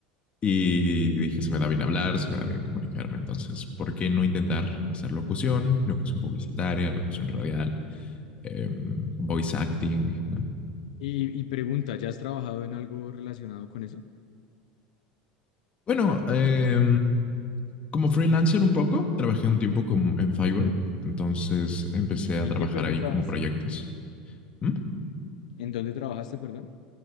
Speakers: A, on the left (about 30°); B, on the left (about 80°).
A: Y dije, se me da bien hablar, se me da bien comunicarme. Entonces, ¿por qué no intentar hacer locución, locución publicitaria, locución radial, eh, voice acting? ¿no?
B: Y, y pregunta, ¿ya has trabajado en algo relacionado con eso?
A: Bueno, eh, como freelancer un poco, trabajé un tiempo con, en Fiverr. Entonces empecé
B: ¿En,
A: a trabajar
B: en qué, perdón,
A: ahí
B: trabajaste?
A: como proyectos. ¿Mm?
B: ¿En dónde trabajaste, perdón?